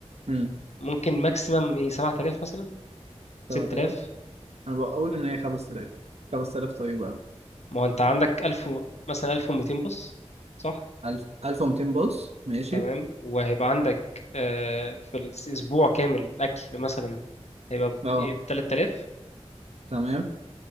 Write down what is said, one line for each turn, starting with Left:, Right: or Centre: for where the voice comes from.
Right: امم
Left: ممكن ماكسيمم ايه 7000 مثلا 6000
Right: 7000 أنا بقول إن هي 5000 5000 طيبة أوي
Left: ما هو انت عندك 1000 و- مثلا 1200 باص صح
Right: 1000 1200 باص ماشي
Left: تمام وهيبقى عندك آه، في الأسبوع كامل أكل مثلا هيبقى
Right: أه
Left: ب 3000
Right: تمام